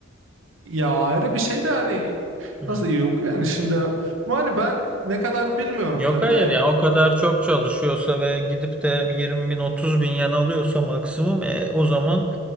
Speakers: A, on the right; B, in the centre.
A: e, ya ayrı bir şey de hani
B: Hı.
A: nasıl yok yani şimdi ama hani ben ne kadar bilmiyorum
B: Yok
A: tabii
B: hayır
A: de
B: ya o kadar çok çalışıyorsa ve gidip de 20 bin 30 bin yen alıyorsa maksimum e, o zaman